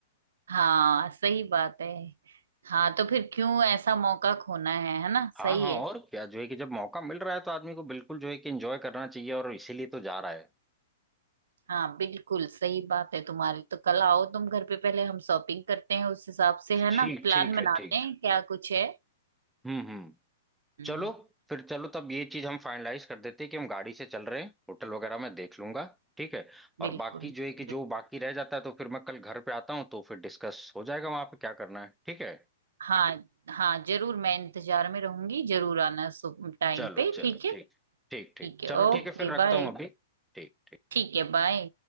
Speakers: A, on the right; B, in the centre.
A: हाँ सही बात है हाँ तो फिर क्यों ऐसा मौका खोना है है ना
B: हाँ
A: सही
B: हाँ
A: है
B: और क्या जो है कि जब मौका मिल रहा है तो आदमी को बिल्कुल जो है कि एंजॉय करना चाहिए और इसीलिए तो जा रहा है
A: हाँ बिल्कुल सही बात है तुम्हारी तो कल आओ तुम घर पे पहले हम शॉपिंग करते हैं उस हिसाब से
B: ठीक
A: है ना प्लान
B: ठीक
A: बनाते
B: है ठीक
A: हैं क्या कुछ है
B: हम्म हम्म
A: हम्म
B: चलो फिर चलो तब ये चीज हम फाइनलाइज कर देते हैं कि हम गाड़ी से चल रहे हैं होटल वगैरह मैं देख लूंगा ठीक है
A: बिल्कुल
B: और बाकी जो है कि
A: बिल्कुल।
B: जो बाकी रह जाता है तो फिर मैं कल घर पे आता हूँ तो फिर डिस्कस हो जाएगा वहां पे क्या करना है ठीक है
A: हाँ हाँ जरूर मैं इंतजार में रहूंगी जरूर आना टाइम
B: चलो
A: पे
B: चलो
A: ठीक है
B: ठीक
A: ठीक
B: ठीक ठीक
A: है
B: चलो
A: ओके
B: ठीक है फिर रखता
A: बाय
B: हूँ अभी ठीक
A: ठीक है बाय